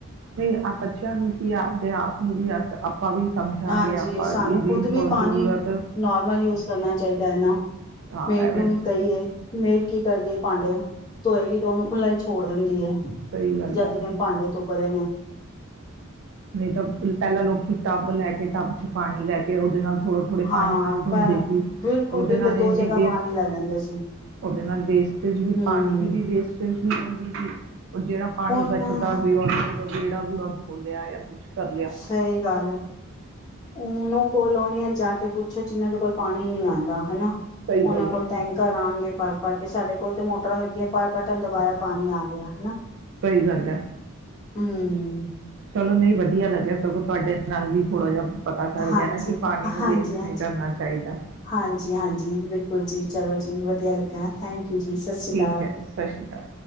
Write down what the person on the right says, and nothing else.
ਨਹੀਂ ਬੱਚਿਆਂ ਨੂੰ ਕੀ ਆਪਦੇ ਆਪ ਨੂੰ ਵੀ ਅ ਆਪਾਂ ਵੀ ਸਮਝਾਂਗੇ
ਆਪਾਂ
ਇਹਦੀ
ਇਮ
ਜ਼ਰੂਰਤ
ਹਾਂ
ਐਵੇਂ
ਸਹੀ ਗੱਲ
ਹੈ
ਨਹੀਂ ਤਾਂ ਪਹਿਲਾਂ ਲੋਕੀ ਟੱਬ ਲੈ ਕੇ ਟੱਬ ਚ ਪਾਣੀ ਲੈ ਕੇ ਉਹਦੇ ਨਾਲ ਥੋੜੇ ਥੋੜੇ
ਪਾਣੀ ਨਾਲ ਧੋਂਦੇ
ਸੀ,
ਉਹਦੇ ਨਾਲ
ਇੰਨੀ
ਵੇਸਟ
ਉਹਦੇ ਨਾਲ ਵੇਸਟੇਜ ਵੀ
ਪਾਣੀ ਦੀ ਵੀ ਵੇਸਟੇਜ ਵੀ ਹੁੰਦੀ ਸੀ। ਜਿਹੜਾ ਪਾਣੀ
ਬਚਦਾ ਸੀ ਉਹ ਬੇਹੜਾ ਬੂੜਾ ਧੋ ਲਿਆ ਕੁਛ ਕਰ ਲਿਆ।
ਸਹੀ
ਗੱਲ
ਹੈ।
ਸਹੀ ਗੱਲ ਹੈ।
ਚਲੋ ਨਹੀਂ ਵਧੀਆ ਲੱਗਿਆ ਸਗੋਂ ਤੁਹਾਡੇ ਨਾਲ ਵੀ ਥੋੜ੍ਹਾ ਜਿਹਾ ਪਤਾ ਚੱਲ
ਗਿਆ ਨਾ ਕਿ ਪਾਣੀ ਨੂੰ
ਵੇਸਟ
ਨਹੀਂ ਕਰਨਾ ਚਾਹੀਦਾ।
ਠੀਕ
ਹੈ ਸਤਿ ਸ਼੍ਰੀ ਅਕਾਲ